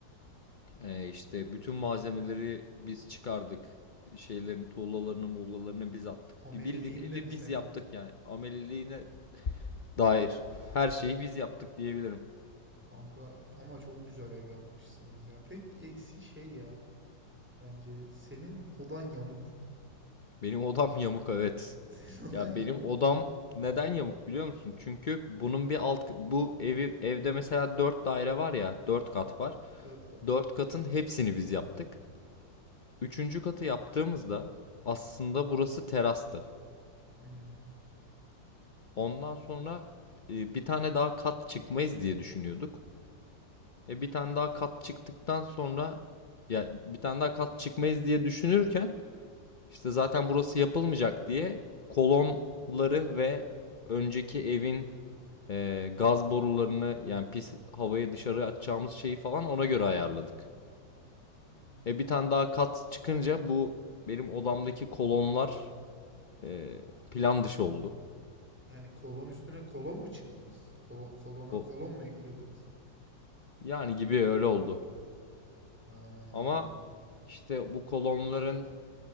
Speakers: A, on the left; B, in the centre.
A: E, işte bütün malzemeleri biz çıkardık. Şeylerin tuğlalarını muğlalarını biz attık.
B: Ameliliğini
A: Bir bildiğin evi
B: de mi sen
A: biz
B: yaptın?
A: yaptık yani. Ameliliğine dair her şeyi biz yaptık diyebilirim.
B: Kanka ama çok güzel ev yapmışsınız ya. Tek eksi şey ya bence senin odan yamuk.
A: Benim odam <laughs> yamuk evet.
B: <laughs> Senin odan
A: Ya
B: yamuk.
A: benim odam neden yamuk biliyor musun? Çünkü bunun bir alt bu evi evde mesela 4 daire var ya 4 kat var.
B: Dört kat.
A: 4 katın hepsini biz yaptık. Üçüncü katı yaptığımızda aslında burası terastı.
B: Hmm.
A: Ondan sonra e, bir tane daha kat çıkmayız diye düşünüyorduk. E bir tane daha kat çıktıktan sonra ya bir tane daha kat çıkmayız diye düşünürken İşte zaten burası yapılmayacak diye kolonları ve önceki evin e, gaz borularını yani pis havayı dışarı atacağımız şeyi falan ona göre ayarladık.
B: Hmm.
A: E bir tane daha kat çıkınca bu benim odamdaki kolonlar e, plan dışı oldu.
B: Yani kolon üstüne kolon mu çıktınız? Kolon, kolona
A: O
B: kolon mu eklediniz?
A: yani gibi öyle oldu.
B: Ha,
A: Ama
B: kolona.
A: işte bu kolonların